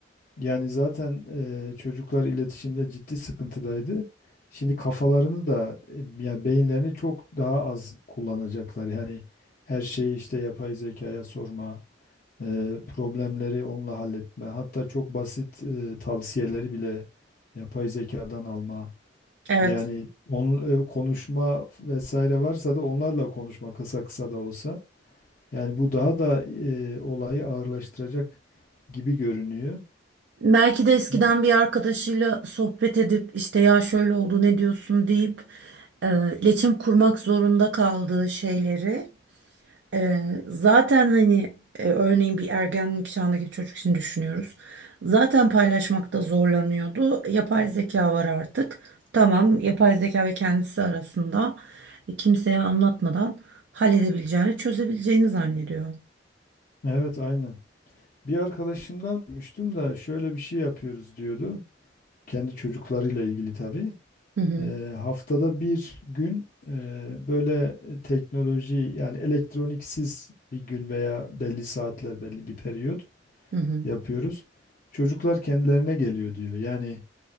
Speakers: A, on the left; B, on the right.
A: Yani zaten e, çocuklar iletişimde ciddi sıkıntıdaydı. Şimdi kafalarını da e, yani beyinlerini çok daha az kullanacaklar. Yani her şeyi işte yapay zekaya sorma, e, problemleri onunla halletme, hatta çok basit e, tavsiyeleri bile yapay zekadan alma.
B: Evet.
A: Yani onun e, konuşma vesaire varsa da onlarla konuşma kısa kısa da olsa. Yani bu daha da e, olayı ağırlaştıracak gibi görünüyor.
B: Belki de eskiden
A: Ben-
B: bir arkadaşıyla sohbet edip işte ya şöyle oldu ne diyorsun deyip e, iletişim kurmak zorunda kaldığı şeyleri Ee, zaten hani e, örneğin bir ergenlik çağındaki bir çocuk için düşünüyoruz. Zaten paylaşmakta zorlanıyordu. Yapay zeka var artık. Tamam, yapay zeka ve kendisi arasında e, kimseye anlatmadan halledebileceğini, çözebileceğini zannediyor.
A: Evet aynen. Bir arkadaşımdan duymuştum da şöyle bir şey yapıyoruz diyordu. Kendi çocuklarıyla ilgili tabii.
B: Hı hı,
A: Eee, haftada bir gün eee, böyle teknoloji yani elektroniksiz bir gün veya belli saatler belli bir periyot
B: hı hı,
A: yapıyoruz. Çocuklar kendilerine geliyor diyor. Yani